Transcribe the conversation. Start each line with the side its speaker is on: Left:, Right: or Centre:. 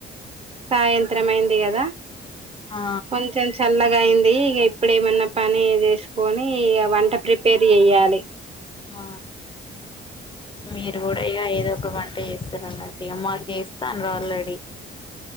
Right: సాయంత్రం అయింది కదా
Left: ఆ
Right: కొంచెం చల్లగా అయింది ఇక ఇప్పుడ ఏమన్నా పని చేసుకో కొని వంట ప్రిపేర్ చెయాలి
Left: ఆ మీరు కూడా ఇక ఏదో ఒక వంట చేస్తూనే ఉన్నారు ఇక మాకు చేస్తాండ్రు ఆల్రెడీ